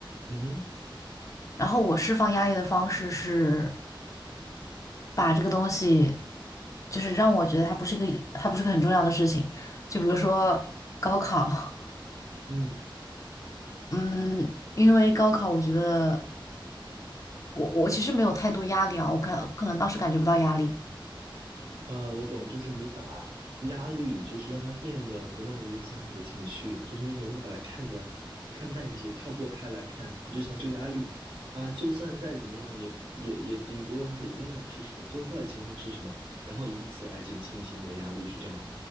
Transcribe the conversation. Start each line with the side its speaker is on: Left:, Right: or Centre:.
Right: 嗯哼，
Left: 然后我释放压力的方式是把这个东西，就是让我觉得它不是一个，它不是个很重要的事情。就比如说高考，
Right: 嗯。
Left: 嗯，因为高考，我觉得我我其实没有太多压力啊，我可可能当时感觉不到压力。
Right: 呃，我懂，就是你把压力，就是让它变得不那么影响你的情绪，就是你可能会把它看得看淡一些，跳脱开来看，你就想这个压力，它就算再怎么样也，也也顶多它的影响是什么，最坏的情况是什么，然后以此来减轻一些你的压力，是这样吗？